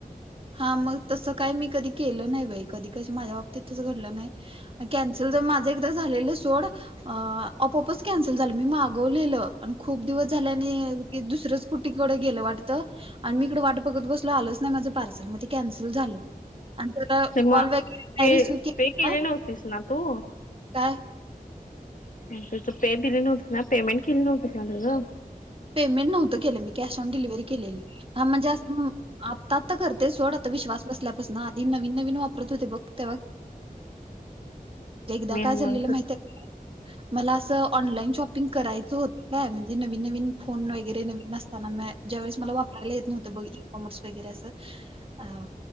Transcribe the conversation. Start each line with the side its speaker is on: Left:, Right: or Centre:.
Right: हा मग तस काही मी कधी केलं नाही बाई कधी कस माझ्या बाबतीतच घडलं नाही. कॅन्सल झालं. माझं एकदा झालेलं सोड अ आपआपच कॅन्सल झालं मी मागवलेलं. आणि खूप दिवस झाल्याने ते दुसरंच कुनिकडे गेलं वाटत आणि म इकडे वाटं बघत बसलं आलंच नाही माझं पार्सल कॅन्सल झालं आणि तेन
Left: ते म
Right: कॉल बँक <unintelligible>
Left: पे
Right: रिसीव्ह केला.
Left: पे केली नव्हतीस ना तू?
Right: काय?
Left: <unintelligible> दिले नव्हती ना पेमेंट केली नव्हती ना तुझं?
Right: पेमेंट नव्हतं केलं मी कॅश ऑन डिलिव्हरी केलेली. हा म्हणजे अस आत्ता आत्ता करते सोड आत्ता विश्वास बसल्यापासन आधी नवीन नवीन वापरत होते बघ तेव्हा ते एकदा
Left: मी नंतर
Right: काय झालेलं माहित आहे? मला असं ऑनलाईन शॉपिंग करायचं होतं काय, म्हणजे नवीन नवीन फोन वगैरे नवीन ज्या वेळेस मला वापरायला येत नव्हतं बघ, इ-कॉमर्स वगैरे असं अ